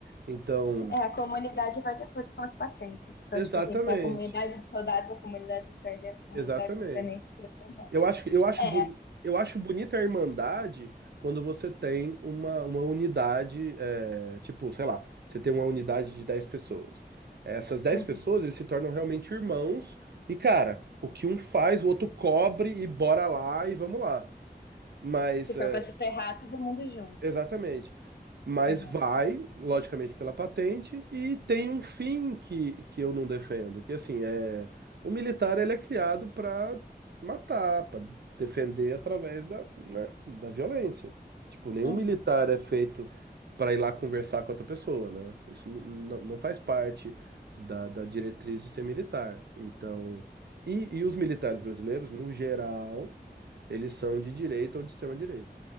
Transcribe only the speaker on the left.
É, a comunidade vai de acordo com as patentes. Então,
tipo assim, tem a comunidade dos soldados, a comunidade dos sargentos, a comunidade
dos tenentes, e assim vai.
É,
uhum.
Se for
pra se ferrar, todo mundo junto.
Aham,
uhum.